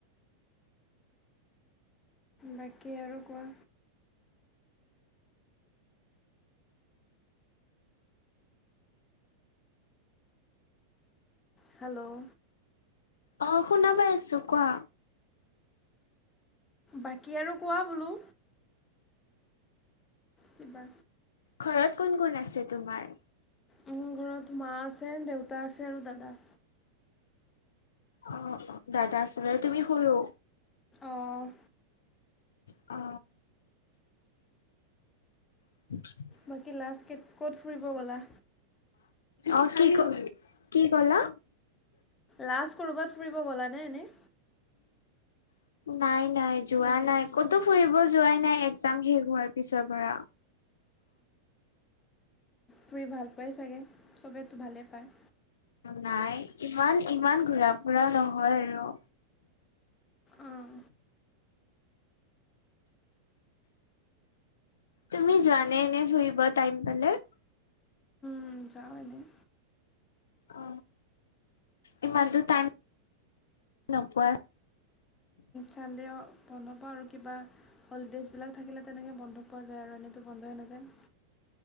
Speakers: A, on the left; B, on the left.
A: বাকী আৰু কোৱা, হেল্ল'
B: অ শুনা পাই আছোঁ কোৱা,
A: বাকী আৰু কোৱা বোলো? কিবা
B: ঘৰত কোন -কোন আছে তোমাৰ?
A: মোৰ ঘৰত মা আছে দেউতা আছে আৰু দাদা।
B: অ', অ', দাদা আছিলে তুমি সৰু?
A: অঁ
B: অ <unintelligible>
A: বাকী লাষ্ট ক'ত ফুৰিব গ'লা?
B: অ কি ক কি কলা
A: লাষ্ট কৰবাত ফুৰিব গ'লানে এনেই?
B: নাই নাই যোৱা নাই কতো ফুৰিব যোৱাই নাই এক্জাম শেষ হোৱাৰ পিছৰ পৰা
A: ফুৰি ভাল পোৱাই চাগে চবেইতো ভালেই পায়।
B: নাই ইমান ইমান ঘূৰা ফুৰা নহয় আৰু
A: অঁ,
B: তুমি যোৱানে এনে ফুৰিব টাইম পালে?
A: ওহ যাওঁ এনেই।
B: অ ইমানতো টাইম নোপোৱা,
A: চানদে বন্ধ পাওঁ আৰু কিবা হলিডেজ বিলাক থাকিলে তেনেকে বন্ধ পোৱা যায় আৰু এনেইতো বন্ধহে নাযায়